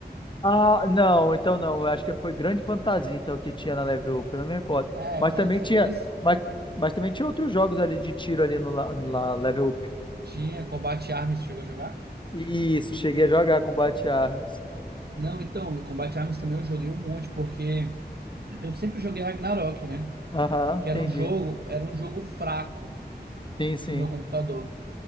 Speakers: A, on the left; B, on the right.
A: Ah, não, então não. Eu acho que foi Grande Fantasia então que tinha na Level Up, eu não me recordo.
B: É,
A: Mas
B: pode
A: também
B: ser.
A: tinha,
B: Eles
A: mas, mas também tinha outros jogos ali de tiro ali no, la- na Level Up.
B: tinha Combat Arms, chegou a jogar?
A: Isso, cheguei a jogar Combate Arms.
B: Não, então, o Combat Arms também eu joguei um monte, porque eu sempre joguei Ragnarok, né?
A: Aham,
B: Que
A: entendi.
B: era um jogo, era um jogo fraco
A: Sim, sim.
B: pro meu computador.